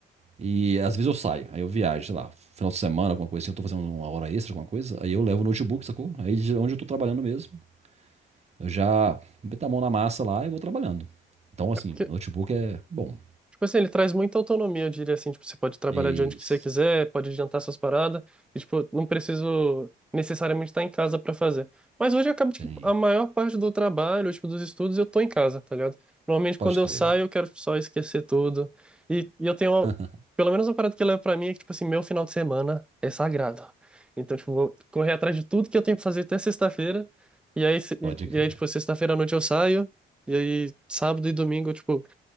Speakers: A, on the right; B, in the centre.
A: e às vezes eu saio, aí eu viajo, sei lá, final de semana, alguma coisa assim, eu tô fazendo uma hora extra, alguma coisa, aí eu levo o notebook, sacou? Aí de onde eu tô trabalhando mesmo, eu já meto a mão na massa lá e vou trabalhando. Então, assim,
B: É porque
A: notebook é bom.
B: Tipo assim, ele traz muita autonomia, eu diria assim, tipo, você pode trabalhar
A: Isso,
B: de onde que você quiser, pode adiantar suas paradas, e tipo, não preciso necessariamente estar em casa para fazer. Mas hoje acaba de
A: tem.
B: que a maior parte do trabalho, tipo, dos estudos, eu tô em casa, tá ligado? Normalmente
A: Pode
B: quando eu
A: crer.
B: saio, eu quero tipo, só esquecer tudo. E, e eu tenho, uma-
A: <laughs>
B: pelo menos uma parada que eu levo pra mim é que, tipo assim, meu final de semana é sagrado. Então, tipo, vou correr atrás de tudo que eu tenho que fazer até sexta-feira, e aí, se-
A: Pode
B: e,
A: crer.
B: e aí, tipo, sexta-feira à noite eu saio, e aí sábado e domingo, eu, tipo,